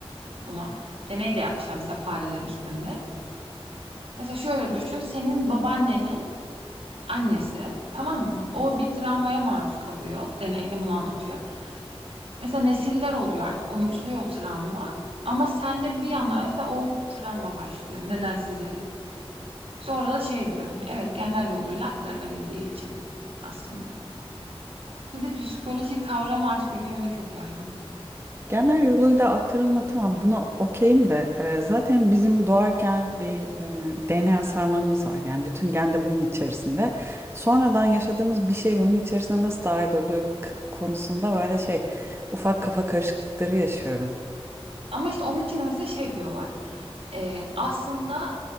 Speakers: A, on the right (about 70°); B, on the right (about 25°).
A: buna. Deney de yapmışlar mesela fareler üstünde. Mesela şöyle düşün senin babaannenin annesi tamam mı? O bir travmaya maruz kalıyor. Deneyde bunu anlatıyor. Mesela nesiller oluyor artık unutuluyor o travma. Ama sende bir anda mesela o travma başlıyor nedensiz yere. İşte orada da şey diyor hani evet genler yoluyla aktarılabildiği için aslında. Bir de psikoloji kavramı artık ülkemizde çok yaygın.
B: Genel yoluyla aktarılma tamam buna okeyim de e, zaten bizim doğarken bir e, DNA sarmalımız var. Yani bütün gen de bunun içerisinde. Sonradan yaşadığımız bir şey bunun içerisine nasıl dahil oluyor k- konusunda böyle şey ufak kafa karışıklıkları yaşıyorum.
A: Ama işte onun için de mesela şey diyorlar. Ee, aslında